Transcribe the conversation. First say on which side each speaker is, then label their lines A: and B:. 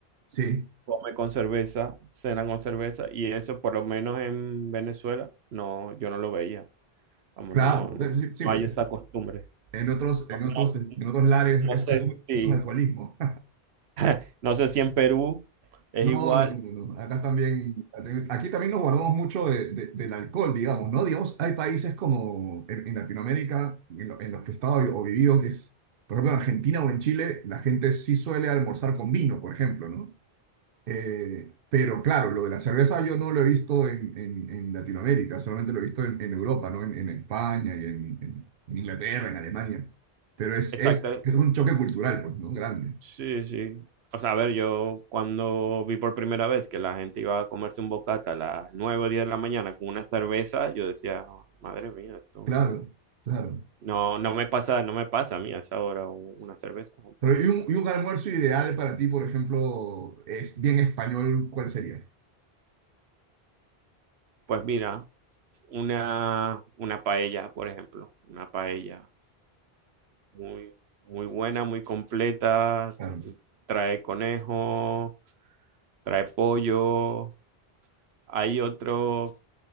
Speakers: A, on the right; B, on the right.
A: Sí,
B: come con cerveza, cena con cerveza, y eso por lo menos en Venezuela, no, yo no lo veía. Vamos,
A: claro,
B: no, no,
A: sí, sí,
B: no
A: pues
B: hay esa costumbre.
A: en otros,
B: No,
A: en otros,
B: no-
A: en otros lares,
B: no
A: es-
B: sé
A: es-
B: si,
A: eso es alcoholismo.
B: <laughs> no sé si en Perú es
A: No,
B: igual.
A: no, no, no, no. Acá también, aquí también nos guardamos mucho de, de- del alcohol, digamos, ¿no? Digamos, hay países como en, en Latinoamérica, en, lo- en los que he estado o vivido, que es, por ejemplo, en Argentina o en Chile, la gente sí suele almorzar con vino, por ejemplo, ¿no? Eh, pero claro, lo de la cerveza yo no lo he visto en, en, en Latinoamérica, solamente lo he visto en, en Europa, ¿no? En, en España y en, en- en Inglaterra, en Alemania. Pero es,
B: Exacto,
A: es, es un choque cultural, pues, ¿no? Grande.
B: Sí, sí. O sea, a ver, yo cuando vi por primera vez que la gente iba a comerse un bocata a las nueve o 10 de la mañana con una cerveza, yo decía, "Oh, madre mía, esto
A: Claro, claro.
B: no, no me pasa, no me pasa a mí a esa hora u- una cerveza.
A: Pero, y, un, y un almuerzo ideal para ti, por ejemplo, es bien español, ¿cuál sería?
B: Pues mira, una, una paella, por ejemplo, una paella muy, muy buena, muy completa,
A: Claro.
B: trae conejo, trae pollo, hay otro